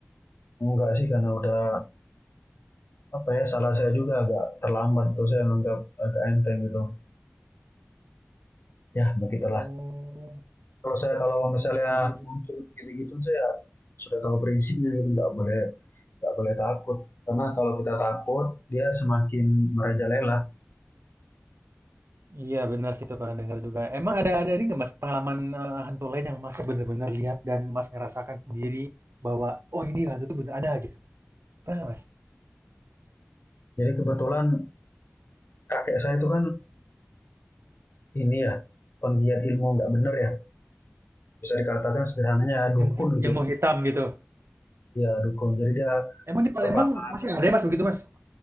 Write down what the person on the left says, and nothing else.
Enggak sih karena udah apa ya salah saya juga agak terlambat itu saya menganggap agak enteng gitu. Ya begitulah.
Kalau saya kalau misalnya
muncul gitu-gitu saya sudah tahu prinsipnya gitu nggak boleh nggak boleh takut karena kalau kita takut dia semakin merajalela.
Jadi kebetulan kakek saya itu kan ini ya penggiat ilmu nggak benar ya bisa dikatakan sederhananya dukun
gitu
ya.
Ya dukun. Jadi dia
kepala.